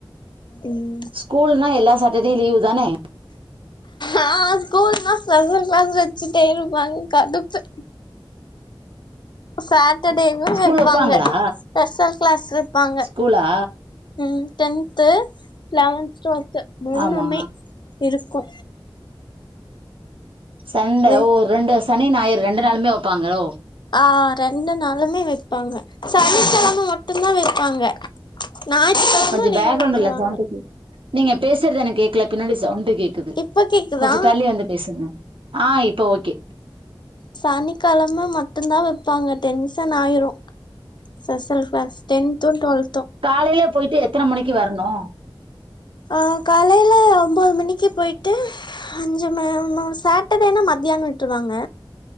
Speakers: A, on the left; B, on the right.
A: ம்
B: ஸ்கூலுன்னா எல்லா சாட்டர்டேவு லீவுதானே
A: ஆ ஸ்கூலுன்னா ஸ்பெஷல் கிளாஸ் வெச்சிட்டே இருபாங்க கடுப்பு சாட்டர்டேவு வேப்பாங்க
B: ஸ்கூல் வப்பாங்களா
A: ஸ்பெஷல் கிளாஸ் வேப்பாங்க
B: ஸ்கூலா
A: ம் டென்து லெவன்த் டுவெல்து மூணுமே
B: ஆமா
A: இருக்கு
B: சண்டே
A: வெ
B: ஓ ரெண்டு சனி ஞாயிறு ரெண்டு நாளுமே வேப்பாங்களோ
A: ஆ ரெண்டு நாளுமே வெபாங்க சனிக்கெழம மட்டும்தா வெபாங்க ஞாயித்துக்கிழம
B: கொஞ்சம்
A: லீவ்
B: பேக்ரவுண்ட்ல
A: விட்ருவாங்க
B: சவுண்டு கேக் நீங்க பேசறது எனக்கு கேக்கல பின்னாடி சவுண்ட் கேக் க்குது
A: இப்ப கேக்குதா
B: கொஞ்ச தள்ளி வந்து பேசுங்க ஆ இப்ப ஓகே
A: சனிக்கெழம மட்டுதா வப்பாங்க டென்ஷன் ஆயிரு ஸ்பெஷல் கிளாஸ் டென்து டுவெல்
B: காலைலே போயிட்டு எத்தன மணிக்கு வரணு
A: ஆ காலையில ஒம்போது மணிக்கு போயிட்டு அஞ்சிமே ம சேட்டர்டேனா மத்தியான விட்ருவாங்க